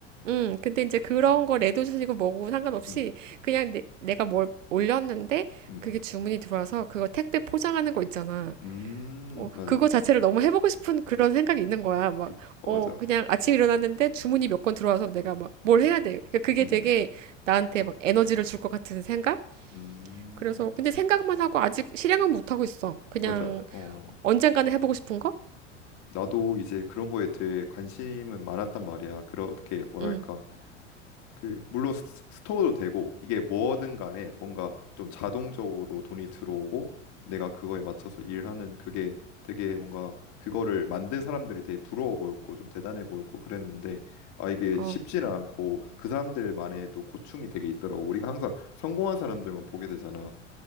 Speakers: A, on the right; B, on the left.
A: 음, 근데 이제 그런 거 레드오션이고 뭐고 상관없이
B: 음,
A: 그냥 내, 내가 뭘 올렸는데
B: 음,
A: 그게
B: 음,
A: 주문이 들어와서 그거 택배 포장하는 거 있잖아.
B: 음,
A: 어,
B: 맞아,
A: 그거
B: 맞아.
A: 자체를 너무 해보고 싶은 그런 생각이 있는 거야. 막,
B: 그- 어,
A: 어,
B: 맞아.
A: 그냥 아침에 일어났는데 주문이 몇 건 들어와서 내가 막 뭘 해야 돼. 그러니까 그게
B: 음,
A: 되게 나한테 막 에너지를 줄 것 같은 생각?
B: 음, 음,
A: 그래서 근데 생각만 하고 아직 실행은 못 하고 있어. 그냥
B: 맞아. 어...
A: 언젠가는 해보고 싶은 거?
B: 나도 이제 그런 거에 대해 관심은 많았단 말이야. 그렇게 뭐랄까.
A: 응.
B: 그 물론 스- 스토어도 되고 이게 뭐든 간에 뭔가 좀 자동적으로 돈이 들어오고 내가 그거에 맞춰서 일하는 그게 되게 뭔가 그거를 만든 사람들이 되게 부러워 보였고 좀 대단해 보였고 그랬는데 아 이게
A: 어.
B: 쉽지는 않고 그 사람들만의 또 고충이 되게 있더라고. 우리가 항상 성공한 사람들만 보게 되잖아.